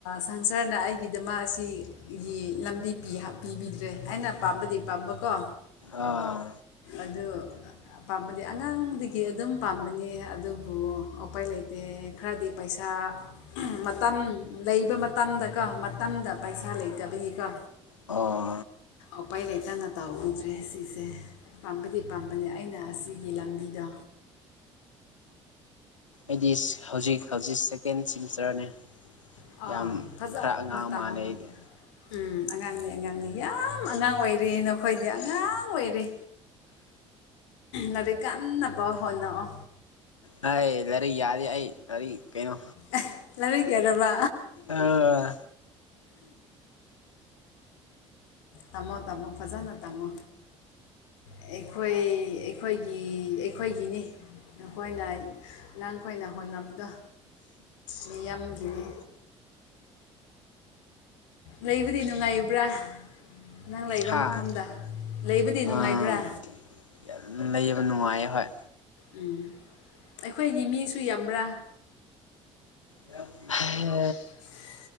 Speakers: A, on the left; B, on the left.
A: ꯁꯪꯁꯥꯔꯅ ꯑꯩ ꯒꯤꯗꯃꯛ ꯑꯁꯤ ꯒꯤ ꯂꯝꯕꯤ ꯄꯤ ꯍꯥꯞꯄꯤꯕꯤꯗ꯭ꯔꯦ ꯑꯩꯅ ꯄꯥꯝꯕꯗꯤ ꯄꯥꯝꯕꯀꯣ
B: ꯑꯥ
A: ꯑꯗꯨ ꯄꯥꯝꯕꯗꯤ ꯑꯉꯥꯡꯗꯒꯤ ꯑꯗꯨꯝ ꯄꯥꯝꯕꯅꯤ ꯑꯗꯨ ꯕꯨ ꯎꯄꯥꯏ ꯂꯩꯇꯦ ꯈꯔꯗꯤ ꯄꯩꯁꯥ ꯃꯇꯝ ꯂꯩꯕ ꯃꯇꯝꯗꯀꯣ ꯃꯇꯝꯗ ꯄꯩꯁꯥ ꯂꯩꯇꯕꯒꯤꯀꯣ
B: ꯑꯥ
A: ꯎꯄꯥꯏ ꯂꯩꯇꯥꯅ ꯇꯧꯍꯧꯗ꯭ꯔꯦ ꯁꯤꯁꯦ ꯄꯥꯝꯕꯗꯤ ꯄꯥꯝꯕꯅꯦ ꯑꯩꯅ ꯑꯁꯤꯒꯤ ꯂꯝꯕꯤꯗ
B: ꯑꯩꯗꯤ ꯍꯧꯖꯤꯛ ꯍꯧꯖꯤꯛ ꯁꯦꯀꯦꯟ ꯁꯦꯃꯤꯁꯇ꯭ꯔꯅꯦ꯫
A: ꯑꯥ
B: ꯌꯥꯝ
A: ꯐꯖꯅ
B: ꯈꯔ ꯑꯉꯥꯡ
A: ꯇꯝꯃꯣ
B: ꯃꯥꯜꯂꯦ ꯑꯩꯗꯤ
A: ꯎꯝ ꯑꯉꯥꯡꯅꯦ ꯑꯉꯥꯡꯅꯦ ꯌꯥꯝ ꯑꯉꯥꯡ ꯑꯣꯏꯔꯤꯅ ꯈꯣꯏꯗꯤ ꯑꯉꯥꯡ ꯑꯣꯏꯔꯦ ꯂꯥꯔꯤꯛ ꯀꯟꯅꯕ ꯍꯣꯠꯅꯧꯑꯣ
B: ꯍꯥꯏ ꯂꯥꯏꯔꯤꯛ ꯌꯥꯔꯦ ꯑꯩ ꯂꯥꯏꯔꯤꯛ ꯀꯩꯅꯣ
A: ꯑꯦ ꯂꯥꯏꯔꯤꯛ ꯌꯥꯗꯕ
B: ꯑꯥ
A: ꯇꯝꯃꯣ ꯇꯝꯃꯣ ꯐꯖꯅ ꯇꯝꯃꯣ ꯑꯩꯈꯣꯏ ꯑꯩꯈꯣꯏꯒꯤ ꯑꯩꯈꯣꯏꯒꯤꯅꯤ ꯅꯈꯣꯏꯅ ꯅꯪꯈꯣꯏꯅ ꯍꯣꯠꯅꯕꯗꯣ ꯃꯤꯌꯥꯝꯒꯤꯅꯤ ꯂꯩꯕꯗꯤ ꯅꯨꯡꯉꯥꯏꯌꯨꯕ꯭ꯔꯥ ꯅꯪ ꯂꯩꯏꯕ
B: ꯍꯥ
A: ꯃꯐꯝꯗ ꯂꯩꯕꯗꯤ ꯅꯨꯡꯉꯥꯏꯕ꯭ꯔꯥ
B: ꯑꯥ <unintelligible> ꯂꯩꯕ ꯅꯨꯡꯉꯥꯏꯌꯦ ꯍꯣꯏ
A: ꯎꯝ ꯑꯩꯈꯣꯏꯒꯤ ꯃꯤꯁꯨ ꯌꯥꯝꯕ꯭ꯔꯥ
B: ꯎ
A: <inaudible>